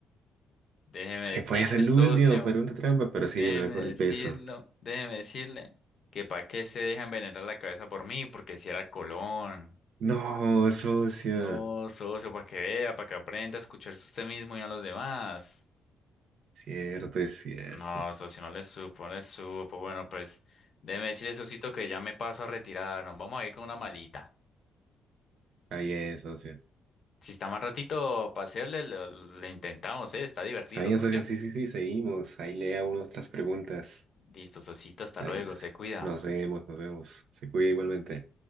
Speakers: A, on the left (about 50°); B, on the right (about 70°).
A: Déjeme
B: Es que
A: decirle,
B: puede ser el
A: socio.
B: último, pregunta trampa, pero sí,
A: Déjeme
B: me voy por el
A: decirlo.
B: peso.
A: Déjeme decirle que para qué se deja envenenar la cabeza por mí, porque si era el colon.
B: No, socio.
A: No, socio, para que vea, para que aprenda a escucharse usted mismo y no a los demás.
B: Cierto, es cierto.
A: No, socio, no le supo, no le supo. Bueno, pues déjeme decirle, socito, que ya me paso a retirar. Nos vamos a ir con una malita.
B: Está bien, socio.
A: Si está más ratito para hacerle, lo, lo intentamos, ¿eh? Está divertido,
B: Está bien,
A: socio.
B: socio. Sí, sí, sí, seguimos. Ahí lea unas otras preguntas.
A: Listo, socito, hasta
B: Está
A: luego,
B: bien, socio.
A: se cuida.
B: Nos vemos, nos vemos. Se cuida igualmente.